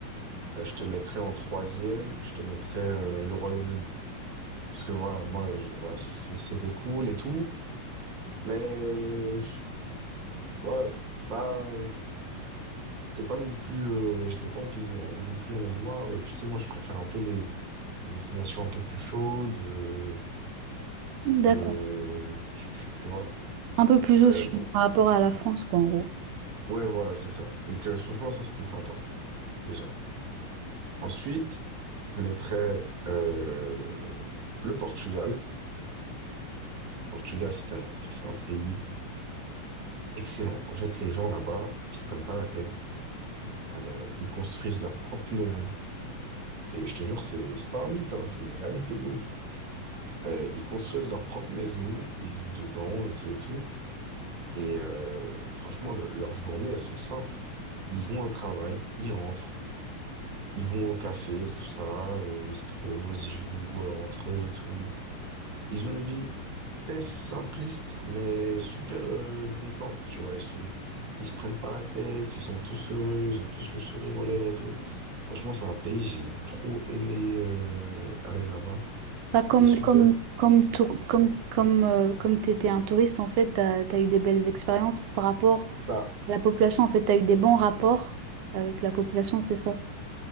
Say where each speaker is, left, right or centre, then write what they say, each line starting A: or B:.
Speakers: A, on the right; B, on the right.
A: euh, je te mettrais en troisième, je te mettrais euh, le Royaume-Uni. Parce que voilà, moi, je- voilà, c- c- c'était cool et tout, mais euh, voilà, c'est pas. C'était pas non plus, euh, j'étais pas en plus, en- non plus en mode waouh. Et puis, tu sais, moi, je préfère un peu les, les destinations un peu plus chaudes, euh,
B: D'accord.
A: euh, tu, tu- tu vois.
B: Un peu plus au
A: Euh,
B: sud
A: donc,
B: par rapport à la France, quoi, en gros.
A: ouais, voilà, c'est ça. Donc, euh, franchement, ça, c'était sympa, déjà. Ensuite, je mettrais euh, le Portugal. Le Portugal, c'est un, c'est un pays excellent. En fait, les gens là-bas, ils se prennent pas la tête. Euh, ils construisent leur propre maison. Et je te jure, c'est c'est pas un mythe, hein, c'est une réalité de ouf. Euh, ils construisent leur propre maison, ils vivent dedans et tout et tout. Et euh, franchement, le- leurs journées, elles sont simples. Ils vont au travail, ils rentrent, ils vont au café, tout ça, euh, ils se posent, ils jouent euh, entre eux et tout. Ils ont une vie très simpliste, mais super euh, détente, tu vois. Ils sont, ils se prennent pas la tête, ils sont tous heureux, ils ont tous le sourire aux lèvres et tout. Franchement, c'est un pays, j'ai trop aimé euh, aller là-bas.
B: Pas
A: C'était
B: comme
A: super.
B: comme comme tou- comme comme euh, comme t'étais un touriste, en fait, t'as, t'as eu des belles expériences par rapport
A: Bah,
B: La population, en fait, tu as eu des bons rapports avec la population, c'est ça?